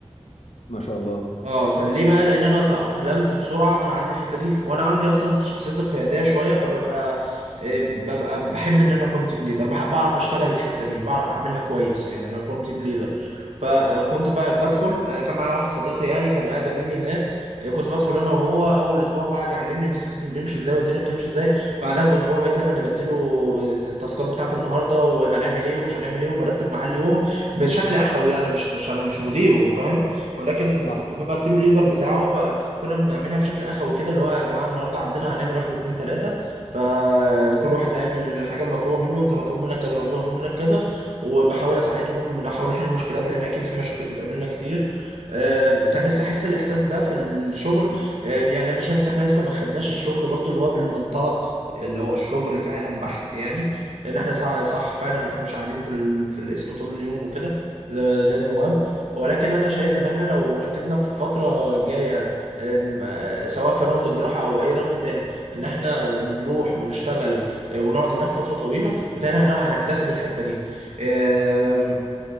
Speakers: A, on the left; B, on the right.
A: ما شاء الله
B: اه فليه بقى لان انا تأقلمت بسرعه انا عندي الحته دي وانا عندي اصلا شخصيتي قياديه شويه فببقى آه، ببقى بحب ان انا كنت تيم ليدر بعرف اشتغل الحته دي بعرف اعملها كويس يعني انا كنت تيم ليدر فكنت ب- بدخل آه، كان معايا واحد صديقي يعني كان اقدم مني هناك آه، كنت بدخل انا وهو اول اسبوع هو قعد يعلمني السيستم بيمشي ازاي والدنيا بتمشي ازاي بعدها باسبوع بقيت انا اللي بديله آه، التاسكات بتاعت النهارده وهنعمل ايه ومش هنعمل ايه وبرتب معاه اليوم بشكل اخوي يعني مش مش انا مش مديره فاهم ولكن
A: صح
B: كنت ببقى التيم ليدر بتاعه فكنا بنعملها بشكل اخوي كده اللي هو يا جماعه النهارده عندنا هنعمل واحد اتنين تلاته فكل واحد هيعمل الحاجه المطلوبه منه انت مطلوب منك كذا وانت مطلوب منك كذا وبحاول اساعدهم بنحاول نحل المشكلات لان اكيد في مشاكل بتقابلنا كتير آم، كان نفسي احس الاحساس ده في الشغل آم، يعني انا شايف ان احنا لسه ما خدناش الشغل برضو اللي هو بالمنطلق اللي هو الشغل فعلا بحت يعني لان احنا صح, صح فعلا احنا مش قاعدين في ال... في القسم طول اليوم وكده زي زي النواب ولكن انا شايف ان احنا لو ركزنا في الفتره الجايه أم، آه، سواء في راوند الجراحه او اي راوند تاني ان احنا نروح ونشتغل آه، ونقعد هناك فتره طويله بتاعنا هنا هنكتسب الحته دي أم،